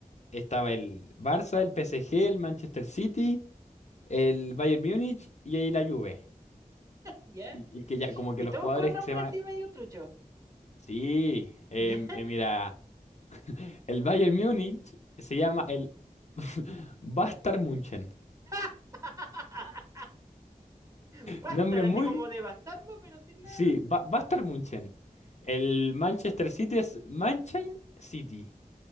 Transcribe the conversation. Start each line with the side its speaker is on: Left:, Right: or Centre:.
Left: estaba el Barça, el PSG, el Manchester City, el Bayern Múnich y ahí la Juve.
Right: ya.
Left: Y, y que ya como que
Right: Y
Left: los
Right: todos
Left: jugadores
Right: con nombre
Left: que se llaman...
Right: así medio trucho.
Left: Sí, em,
Right: Ya.
Left: eh, mira, <laughs> el Bayern Múnich se llama el <laughs> Bastard München.
Right: <laughs> Bastar,
Left: Nombre
Right: así
Left: muy
Right: como de bastardo, pero sin la.
Left: Sí,
Right: <laughs>
Left: va, va a estar Munchen. El Manchester City es Manchine City.